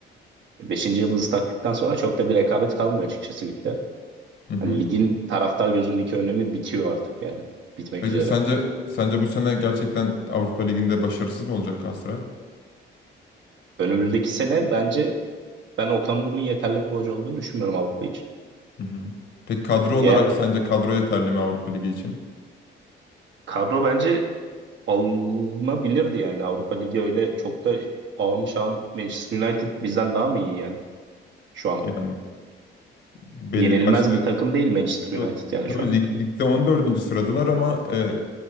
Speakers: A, on the right (about 65°); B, on the left (about 65°).
A: Beşinci yıldızı taktıktan sonra çok da bir rekabet kalmıyor açıkçası ligde.
B: Hı hı.
A: Hani ligin taraftar gözündeki önemi bitiyor artık yani. Bitmek
B: Peki
A: üzere.
B: sence sence bu sene gerçekten Avrupa Ligi'nde başarısız mı olacak Galatasaray?
A: Önümüzdeki sene bence ben Okan Buruk'un yeterli bir hoca olduğunu düşünmüyorum Avrupa için.
B: Hı hı. Peki kadro olarak
A: Eğer
B: sence kadro yeterli mi Avrupa Ligi için?
A: kadro bence alınabilirdi yani Avrupa Ligi öyle çok da ağım şahım Manchester United bizden daha mı iyi yani şu an?
B: Yani belli
A: Yenilmez
B: başlı
A: bir takım değil Manchester
B: Yo,
A: United yani
B: tabii
A: şu an.
B: lig, ligde on dördüncü sıradılar ama e,